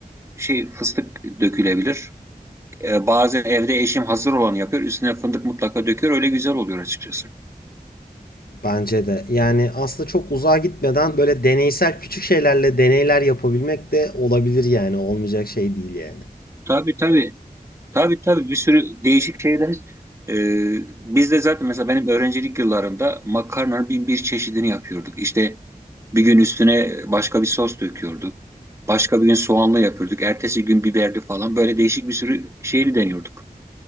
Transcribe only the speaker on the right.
şey fıstık dökülebilir. E, bazen evde eşim hazır olanı yapıyor. Üstüne fındık mutlaka döküyor. Öyle güzel oluyor açıkçası.
Tabii tabii. Tabii tabii bir sürü değişik şeyler. E, biz de zaten mesela benim öğrencilik yıllarımda makarnanın bin bir çeşidini yapıyorduk. İşte bir gün üstüne başka bir sos döküyorduk. Başka bir gün soğanlı yapıyorduk. Ertesi gün biberli falan. Böyle değişik bir sürü şeyini deniyorduk.